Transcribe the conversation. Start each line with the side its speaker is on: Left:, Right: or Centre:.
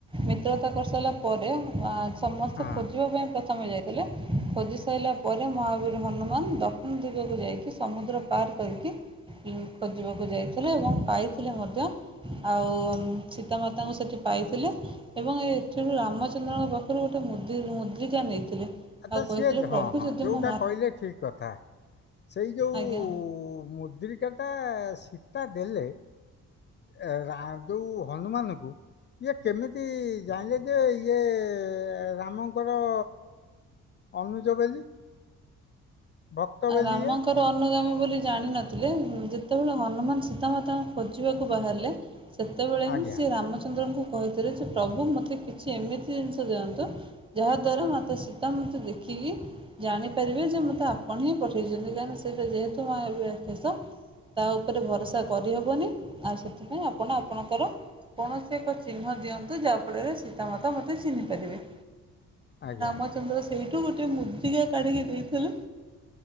Right: ମିତ୍ରତା କରିସାରିଲା ପରେ ଅଁ ସମସ୍ତେ
Left: ହଁ
Right: ଖୋଜିବା ପାଇଁ ପ୍ରଥମେ ଯାଇ ଥିଲେ ଖୋଜି ସାଇଲାପରେ ମହାବୀର ହନୁମାନ ଦକ୍ଷିଣ ଦିଗକୁ ଯାଇକି ସମୁଦ୍ର ପାର କରିକି ଉଁ ଖୋଜିବାକୁ ଯାଇଥିଲେ ଏବଂ ପାଇଥିଲେ ମଧ୍ୟ ଆଉ ସୀତାମାତାଙ୍କୁ ସେଠି ପାଇଥିଲେ ଏବଂ ଏଥିରୁ ରାମଚନ୍ଦ୍ରଙ୍କ ହାତରୁ ଗୋଟେ ମୁଦି ମୁଦ୍ରିକା ନେଇଥିଲେ।
Left: ଆଚ୍ଛା
Right: ଆଉ କହିଥିଲେ
Left: ସିଏ
Right: ପ୍ରଭୁ
Left: ହଁ ହଁ
Right: ଯଦି
Left: ଯୋଉଟା
Right: ମୋ ମା
Left: କହିଲେ ଠିକ୍ କଥା। ସେଇ ଯୋଉଁ
Right: ଆଜ୍ଞା
Left: ମୁଦ୍ରିକାଟା ସୀତା ଦେଲେ ଏ ରା ଯୋଉ ହନୁମାନକୁ ଇଏ କେମିତି ଜାଣିଲେଯେ ଇଏ ରାମଙ୍କର ଅନୁଜ ବୋଲି। ଭକ୍ତ
Right: ଆ
Left: ବୋଲି
Right: ରାମଙ୍କର
Left: ଇଏ
Right: ଅନୁଗାମୀ ବୋଲି ଜାଣିନଥିଲେ ଯେତେବେଳେ ହନୁମାନ ସୀତାମାତାଙ୍କୁ ଖୋଜିବାକୁ ବାହାରିଲେ ସେତେବେଳେ
Left: ଆଜ୍ଞା
Right: ହିଁ ସେରାମଚନ୍ଦ୍ରଙ୍କୁ କହିଥିଲେଯେ ପ୍ରଭୁ ମୋତେ କିଛି ଏମିତି ଜିନିଷ ଦିଅନ୍ତୁ। ଯାହାଦ୍ୱାରା ମୋତେ ସୀତା ମାତା ଦେଖିକି ଜାଣିପାରିବେ ଯେ ମୋତେ ଆ ଆପଣହିଁ ପଠେଇଛନ୍ତି କାହିଁକିନା ସେଇଟା ଯେହେତୁ ମାୟାବୀ ରାକ୍ଷସ ତାଉପରେ ଭରସା କରିହେବନି ଆଉ ସେଥିପାଇଁ ଆପଣ ଆପଣଙ୍କର କୌଣସି ଏକ ଚିହ୍ନ ଦିଅନ୍ତୁ ଯାହାଫଳରେ ସୀତାମାତା ମୋତେ ଚିହ୍ନିପାରିବେ।
Left: ଆଜ୍ଞା
Right: ରାମଚନ୍ଦ୍ର ସେଇଠୁ ଗୋଟେ ମୁଦ୍ରିକା କାଢିକି ଦେଇଥିଲୁ।